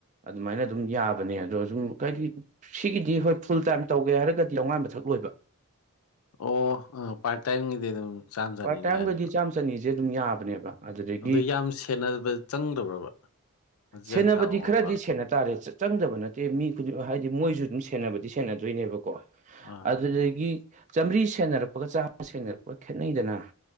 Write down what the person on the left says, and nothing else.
ꯑꯣ ꯑꯥ ꯄꯥꯔꯠꯇꯥꯏꯝꯒꯤꯗꯤ ꯑꯗꯨꯝ ꯆꯥꯝ ꯆꯅꯤꯅ
ꯌꯥꯅꯤꯕ
ꯑꯗꯨ ꯌꯥꯝ ꯁꯦꯟꯅꯕ ꯆꯪꯗꯕ꯭ꯔꯕ ꯃꯆꯤꯟꯖꯥꯛ
ꯊꯥꯕ ꯈꯣꯠꯄ
ꯑꯥ